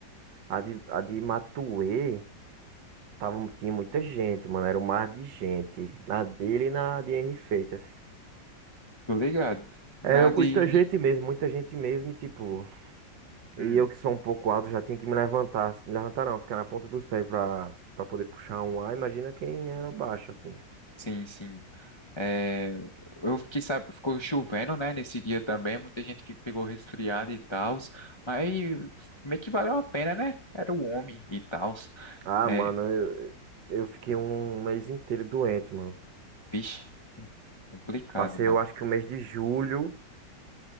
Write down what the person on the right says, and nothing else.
a de, a de Matuê tava, tinha muita gente, mano. Era um mar de gente. Na dele e na de Henri Feitas.
Era muita
gente mesmo, muita gente mesmo. E tipo, e
eu que sou um pouco alto já tinha que me levantar. Me levantar não, ficar na ponta dos pés pra, pra poder puxar um ar. Imagina quem era baixo, assim.
Ah,
mano, eu, eu fiquei um mês inteiro doente, mano.
Passei,
eu acho que o mês de julho,